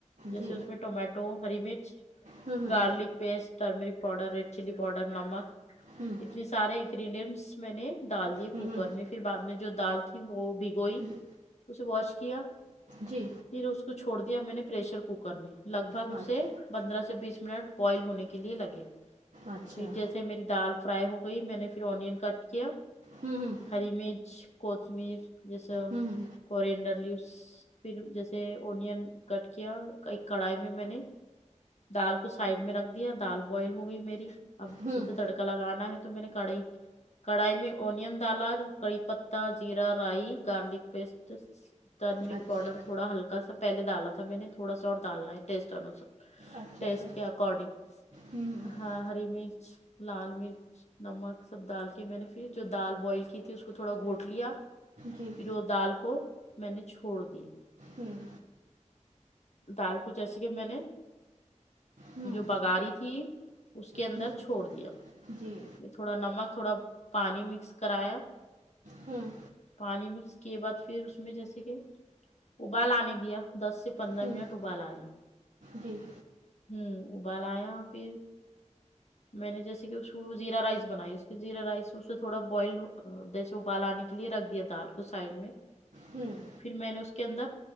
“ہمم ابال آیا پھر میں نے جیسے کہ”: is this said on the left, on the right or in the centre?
Left